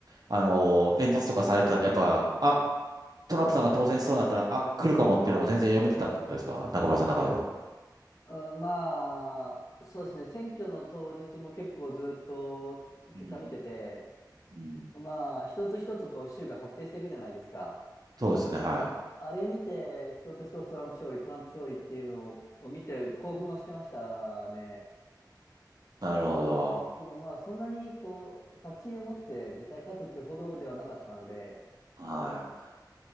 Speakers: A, on the right (about 60°); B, on the left (about 45°).
A: あのー演説とかされてたんで、やっぱ、あ、
B: はい。
A: トランプさんが当選しそうになったら、あ、来るかもっていうのも全然読めてたってことですか中村さんの中では。
B: あまあ、そうですね、選挙の当日も結構ずっと結果見てて、
A: うん。うん。
B: まあ、一つ一つこう州が確定していくじゃないですか。
A: そうですよね、
B: まあ、
A: はい。
B: あれ見て、一つ一つトランプ勝利、トランプ勝利っていうのを見て興奮はしてましたね。
A: なるほど。
B: でもまあ、そんなにこう、確信を持って絶対勝つってほどではなかったので、
A: は